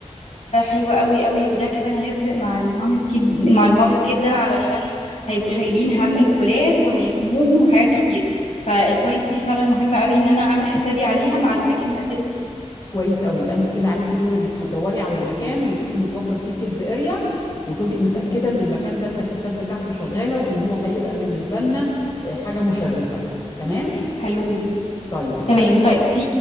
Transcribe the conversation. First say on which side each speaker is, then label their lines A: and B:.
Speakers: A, on the left; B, on the left.
A: ده حلو قوي قوي وده كمان هيفرق مع الماميز جد مع الماميز جدا علشان هيبقوا شايلين هم الولاد وهيلخموهم وحاجات كتير فالبوينت دي فعلا مهمة قوي ان انا اعمل حسابي عليها مع الاماكن اللي هتفق فيها
B: كويس قوي يبقى انت كده عليكي دور انك هتدوري على المكان ويكون متوفر فيه كيدز اريا وتبقي متاكده ان المكان ده التكييفات بتاعته شغاله وان هو هيبقى بالنسبه لنا آه، حاجه مشرفه تمام
A: حلو جدا
B: طيب الحاجه
A: تمام طيب في